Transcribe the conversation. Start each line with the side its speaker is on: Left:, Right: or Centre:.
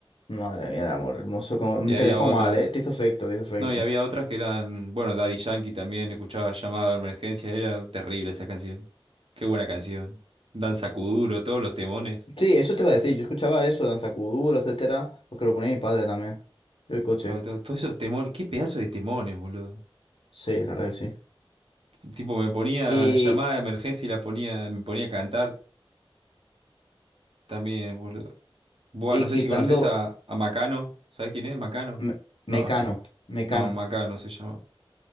Left: Madre mía, el amor hermoso. como- mm,
Right: Y había
Left: Te dejó
Right: otras.
Left: mal, ¿eh? Te hizo efecto, te hizo efecto.
Right: No, y había otras que eran, bueno, Daddy Yankee también escuchaba llamada de emergencia, era terrible esa canción. Qué buena canción. Danza Kuduro, todos los temones.
Left: Sí, eso te iba a decir. Yo escuchaba eso, Danza Kuduro, etcétera, porque lo ponía mi padre también. El coche.
Right: Claro, to- todos esos temones, qué pedazo de temones, boludo.
Left: Sí, la verdad que sí.
Right: Tipo, me ponía
Left: Y,
Right: llamada de emergencia y la ponía, me ponía a cantar también, boludo. Buah,
Left: y
Right: no
Left: quitando
Right: sé si conoces a, a Macano, ¿sabes quién es Macano?
Left: me-
Right: No,
Left: Mecano,
Right: es que,
Left: Mecano.
Right: no, Macano se llama.